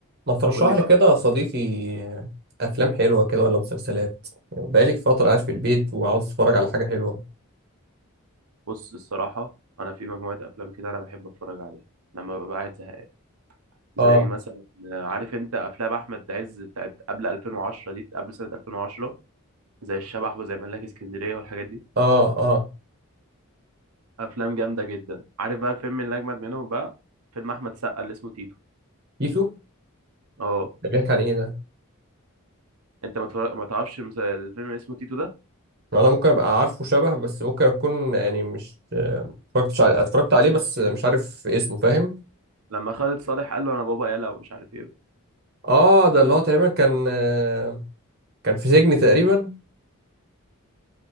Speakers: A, on the right; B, on the right.
A: ما ترشح
B: قول لي
A: لي
B: بقى
A: كده يا صديقي افلام حلوه كده ولا مسلسلات بقالي فتره قاعد في البيت وعاوز اتفرج على حاجه حلوه
B: بص الصراحة أنا في مجموعة أفلام كده أنا بحب أتفرج عليها لما ببقى قاعد زهقان زي
A: اه
B: مثلا آه، عارف أنت أفلام أحمد عز بتاعت قبل 2010 دي قبل سنة 2010 زي الشبح وزي ملاك اسكندرية والحاجات دي
A: اه اه
B: أفلام جامدة جدا عارف بقى الفيلم اللي أجمد منهم بقى فيلم أحمد سقا اللي اسمه تيتو
A: يسو
B: أه
A: ده بيحكي عن ايه ده
B: أنت ما تفرج... ما تعرفش المس- الفيلم اللي اسمه تيتو ده
A: انا ممكن ابقى عارفه شبه بس ممكن اكون يعني مش اتفرجتش عليه اتفرجت عليه بس مش عارف اسمه فاهم
B: لما خالد صالح قال له أنا بابا يلا ومش عارف إيه
A: اه ده اللي هو تقريبا كان آه، كان في سجن تقريبا